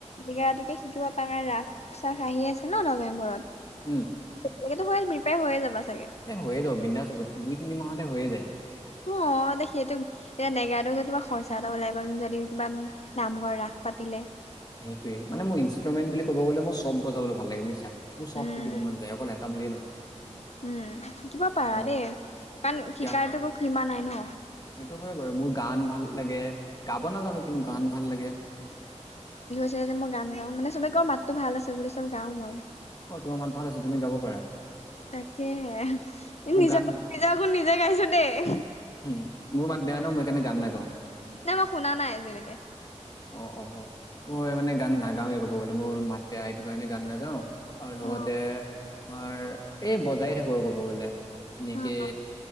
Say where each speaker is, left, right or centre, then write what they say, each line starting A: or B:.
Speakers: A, on the left; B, on the left.
A: নেগৰাটোকে শিকিব পাৰ নাই ৰাস চাস আহি আছে। এনেও নৱেম্বৰত।
B: উম
A: <unintelligible> হ'ল প্ৰিপেয়াৰ হৈয়ে যাবা চো
B: এ হৈয়ে যাব বিন্দাছ হব, দুই তিনি মাহতে হৈয়ে যায়।
A: অ, এ সেইটো এতিয়া নেগাৰাটো যে তোমাৰ খৰচা এটা ওলাই গ'ল, যদি কিবা নামঘৰ ৰাস পাতিলে।
B: সেইটোৱেই, মানে মোক ইনষ্ট্ৰমেণ্ট বুলি ক'ব গ'লে মই চব বজাবলৈ ভাল লাগে বুজিছা। মোৰ চব
A: উম
B: শিকিব মন যায়, অকল এটা বুলিয়ে নহয়।
A: উম শিকিব পাৰা
B: অ
A: দেই, কাৰণ
B: এতিয়া
A: শিকাৰটো কোনো সীমা নাই ন'।
B: সেইটো হয় বাৰু, মোৰ গান ভাল লাগে, গাব নাজানো কিন্তু গান ভাল লাগে
A: ধৰা এতিয়া মই গান গাওঁ, মানে চবে কই মাততো ভাল আছে বুলি, চ' গাও মই।
B: অ তোমাৰ মাত ভাল আছে, তুমি গাব পাৰা।
A: তাকেহে, এই
B: মোৰ
A: নিজৰ
B: গান
A: নিজকো নিজে গাইছো দেই
B: উম, মোৰ মাত বেয়া ন, মই সকাৰণে গান নাগাওঁ।
A: নাই মই শুনা নাই আজিলৈকে
B: অ'-অ'-অ', মই মানে গান নাগাঁওৱে ক'ব গ'লে মোৰ মাত বেয়া এইটোৰ কাৰণে গান নাগাওঁ, আৰু লগতে
A: অ
B: তোমাৰ এই বজাই থাকো আৰু ক'ব গলে, তেনেকে
A: অ